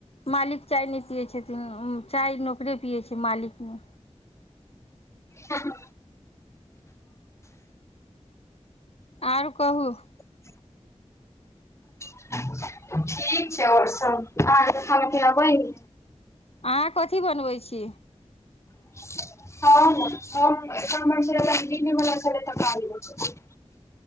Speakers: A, on the left; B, on the left.
A: मालिक चाय नहि पियै छथिन चाय नौकरे पियै छै मालिक नय
B: हँ
A: और कहू
B: <inaudible> ठीक छै आओर सब अहाँ कऽ तऽ खाना पिना बैन
A: अहाँ कथी बनबै छी
B: <unintelligible>